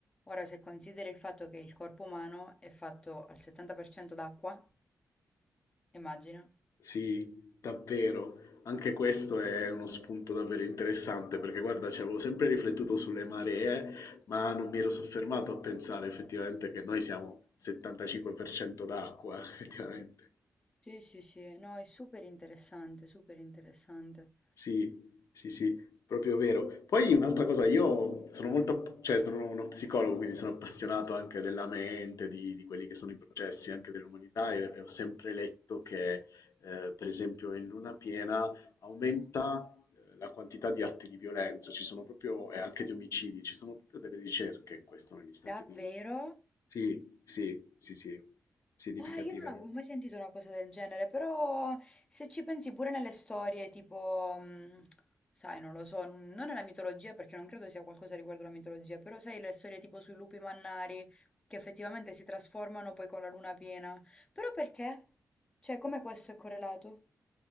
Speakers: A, on the left; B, on the left.
A: Ora, se consideri il fatto che il corpo umano è fatto al 70% d'acqua, immagina.
B: Sì, davvero. Anche questo è uno spunto davvero interessante perché guarda, ci avevo sempre riflettuto sulle maree, ma non mi ero soffermato a pensare effettivamente che noi siamo 75% d'acqua, <laughs> effettivamente.
A: Sì, sì, sì, no, è super interessante, super interessante.
B: Sì, sì, sì, proprio vero. Poi un'altra cosa, io sono molto, cioè sono uno psicologo, quindi sono appassionato anche della mente, di, di quelli che sono i processi anche dell'umanità e, e ho sempre letto che, eh, per esempio, in luna piena aumenta eh, la quantità di atti di violenza, ci sono proprio, e anche di omicidi, ci sono proprio delle ricerche in questo negli Stati
A: Davvero?
B: Uniti. Sì, sì, sì, sì, significativamente.
A: Ah, io non avevo mai sentito una cosa del genere, però se ci pensi pure nelle storie, tipo, mh, sai, non lo so, non nella mitologia perché non credo sia qualcosa riguardo alla mitologia, però sai le storie tipo sui lupi mannari che effettivamente si trasformano poi con la luna piena. Però perché? Cioè, come questo è correlato?